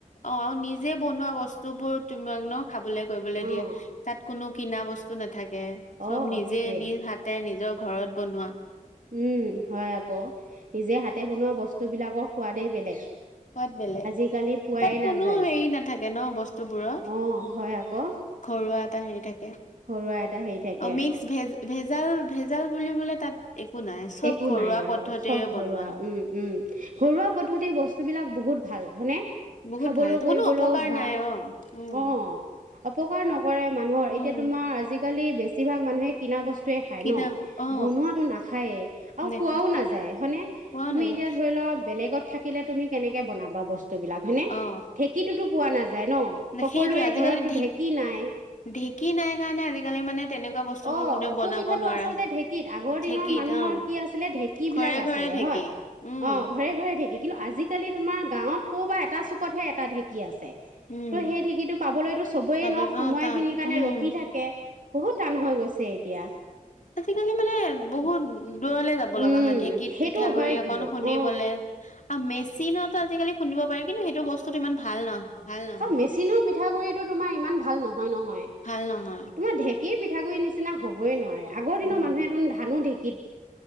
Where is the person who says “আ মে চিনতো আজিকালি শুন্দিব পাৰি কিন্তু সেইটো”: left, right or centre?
Left